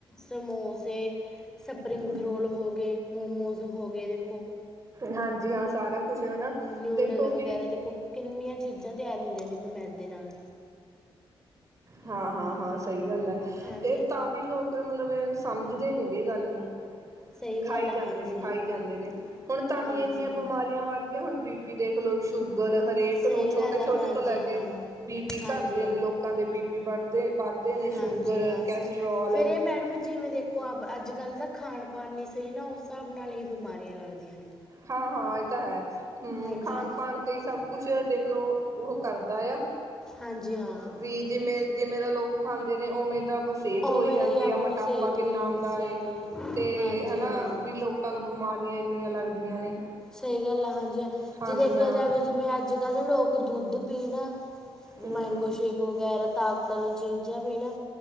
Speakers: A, in the centre; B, on the right (about 35°).
A: ਸਮੋਸੇ, ਸਪਰਿੰਗ
B: ਹੂੰ
A: ਰੋਲ ਹੋ ਗਏ ਮੋਮੋਸ ਹੋ ਗਏ ਦੇਖੋ।
B: ਹਾਂਜੀ ਹਾਂ, ਸਾਰਾ ਕੁਛ ਹਨਾ।
A: ਨਿਊਡਲ
B: ਦੇਖੋ ਵੀ
A: ਵਗੈਰਾ ਦੇਖੋ, ਕਿੰਨੀਆਂ ਚੀਜ਼ਾਂ ਤਿਆਰ ਹੁੰਦੀਆਂ ਦੇਖੋ ਮੈਦ ਦੇ ਨਾਲ।
B: ਹਾਂ- ਹਾਂ- ਹਾਂ ਸਹੀ ਗੱਲ ਹੈ
A: ਹਾਂਜੀ
B: ਇਹ
A: ਹਾਂ
B: ਤਾਂ ਵੀ ਲੋਕ ਮਤਲਬ ਸਮਝਦੇ ਨੀ ਗ ਗੱਲ ਨੂੰ।
A: ਸਹੀ
B: ਖਾਈ
A: ਗੱਲ ਹੈ
B: ਜਾਂਦੇ
A: ਹਾਂਜੀ
B: ਨੇ- ਖਾਈ
A: ਹਾਂ ਮੈਡਮ
B: ਜਾਂਦੇ ਨੇ ਹੁਣ ਤਾਂਹੀ
A: ਹਾਂਜੀ
B: ਇੰਨੀਆਂ
A: ਹਾਂ
B: ਬਿਮਾਰੀਆਂ ਵੱਧ ਹੁਣ ਬੀ ਪੀ ਦੇਖ ਲੋ। ਸ਼ੂਗਰ ਹਰੇਕ
A: ਸਹੀ
B: ਨੂੰ ਛੋਟੇ-
A: ਗੱਲ ਹੈ
B: ਛੋਟੇ
A: ਹਾਂਜੀ
B: ਤੋਂ ਲੈ
A: ਹਾਂ
B: ਕੇ ਬੀ ਪੀ
A: ਹਾਂਜੀ
B: ਕਰਦੇ ਨੇ
A: ਹਾਂ
B: ਲੋਕ। ਲੋਕਾਂ ਦੇ ਬੀਪੀ ਵੱਧਦੇ -ਵੱਧਦੇ ਨੇ, ਸ਼ੂਗਰ,
A: ਹਾਂਜੀ ਹਾਂ
B: ਕੈਸਟਰੋਲ।
A: ਸਹੀ ਫਿਰ ਇਹ ਮੈਡਮ ਜਿਵੇਂ ਦੇਖੋ, ਅੱਜ -ਕੱਲ੍ਹ ਦਾ ਖਾਣ -ਬਾਣ ਨੀ ਸਹੀ ਨਾ ਉਸ ਹਿਸਾਬ ਨਾਲ ਹੀ ਬਿਮਾਰੀਆਂ ਲੱਗਦੀਆਂ ਨੇ।
B: ਹਾਂ-ਹਾਂ ਇਹ ਤਾਂ ਹੈ, ਹੂੰ
A: ਹਾਂਜੀ
B: ਖਾਣ-ਪਾਣ
A: ਹਾਂ
B: ਤੇ ਹੀ ਸਭ ਕੁਛ ਦੇਖ ਲਓ ਉਹ ਕਰਦਾ ਆ
A: ਹਾਂਜੀ ਹਾਂ
B: ਵੀ ਜਿਵੇਂ ਜਿਵੇਂ ਦਾ ਲੋਕ ਖਾਂਦੇ ਨੇ ਉਵੇਂ ਦਾ ਮ ਸਿਹਤ
A: ਉਵੇਂ
B: ਹੋਈ ਜਾਂਦੀ
A: ਦਾ ਹੀ ਆਪਣੀ
B: ਆ ਮੋਟਾਪਾ
A: ਸਿਹਤ ਹੋਈ
B: ਕਿੰਨਾ ਆਉਂਦਾ
A: ਸਹੀ ਗੱਲ ਆ।
B: ਤੇ
A: ਹਾਂਜੀ
B: ਹਨਾ
A: ਹਾਂ
B: ਵੀ ਲੋਕ ਲੋਕਾ ਨੂੰ ਬਿਮਾਰੀਆਂ ਇੰਨੀਆਂ ਲੱਗਦੀਆਂ ਨੇ।
A: ਸਹੀ ਗੱਲ ਆ ਹਾਂਜੀ
B: ਹਾਂਜੀ
A: ਜੇ ਦੇਖਿਆ
B: ਹਾਂ
A: ਜਾਵੇ ਜਿਵੇਂ ਅੱਜ ਕੱਲ੍ਹ ਲੋਕ ਦੁੱਧ ਪੀਣ।
B: ਹਮ
A: ਮੈਂਗੋ ਸ਼ੇਕ ਵਗੈਰਾ ਤਾਕਤ ਵਾਲੀ ਚੀਜ਼ਾਂ ਵੀ ਨਾ।